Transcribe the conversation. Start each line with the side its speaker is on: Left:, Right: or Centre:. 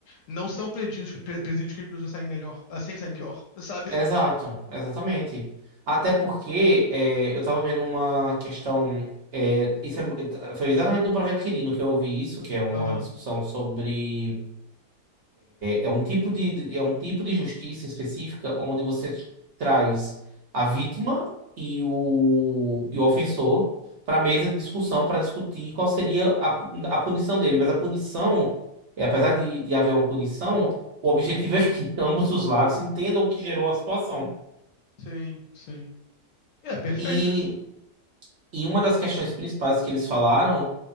Left: Não são presídios, pre- presídios que as pessoas saem melhor, elas sempre saem pior, <laughs> sabe?
Right: Exato, exatamente. Até porque é, eu estava vendo uma questão. é, isso é- foi exatamente no projeto Quirino que eu ouvi isso, que é uma
Left: Aham,
Right: discussão sobre É um tipo de, de- é um tipo de justiça específica onde você traz a vítima e o, e o ofensor para a mesa de discussão para discutir qual seria a, pu- a punição dele. Mas a punição, é, apesar de, de haver uma punição, o objetivo é que <laughs> ambos os lados entendam o que gerou a situação.
Left: sim, sim. E é perfeito
Right: E
Left: isso.
Right: E uma das questões principais que eles falaram